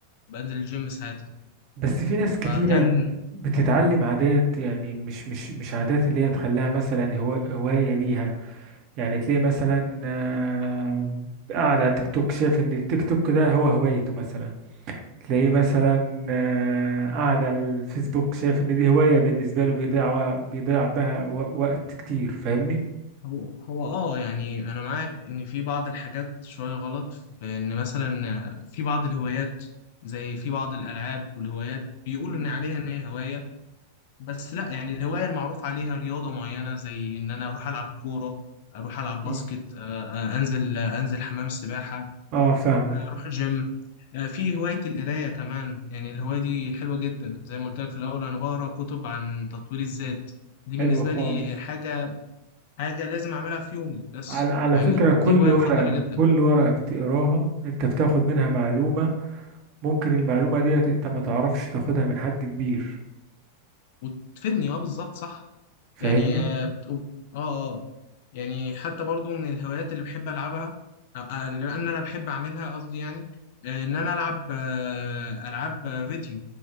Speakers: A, on the left; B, on the right.
A: بنزل الجيم ساعتها
B: بس في ناس كتيرة
A: فكان
B: بتتعلم عادات يعني مش مش مش عادات اللي هي تخليها مثلا هو هواية ليها يعني تلاقي مثلا آه، قاعد على التيك توك شايف ان التيك توك ده هو هوايته مثلا تلاقيه مثلا آه، قاعد على الفيسبوك شايف ان دي هواية بالنسبة له بيضيع وه- بيضيع بها و- وقت كتير فاهمني؟
A: هو هو اه يعني انا معاك ان في بعض الحاجات شوية غلط في ان مثلا في بعض الهوايات زي في بعض الالعاب والهوايات بيقولوا
B: امم
A: ان عليها ان هي هواية بس لا يعني الهواية المعروف عليها رياضة معينة زي ان انا اروح العب كورة اروح العب باسكت
B: امم
A: آه، آه، انزل آه، انزل حمام السباحة
B: اه فاهمك
A: اروح
B: امم
A: جيم آه، في هواية القراية كمان يعني الهواية دي حلوة جدا زي ما قلت لك في الأول أنا بقرأ كتب عن تطوير الذات دي بالنسبة
B: حلو خالص
A: لي حاجة حاجة لازم أعملها في يومي بس
B: على على
A: فاهمني
B: فكرة
A: دي
B: كل
A: هواية
B: ورقة
A: مفضلة جدا
B: كل ورقة بتقراها انت بتاخد منها معلومة ممكن المعلومة ديت انت ما تعرفش تاخدها من حد كبير
A: وتفيدني أه بالظبط صح
B: فاهمني
A: يعني أه بتقول- أه أه يعني حتى برضو من الهوايات اللي بحب ألعبها أو- آه، اللي أنا أنا بحب أعملها قصدي يعني آه، إن أنا ألعب آه، ألعاب آه، فيديو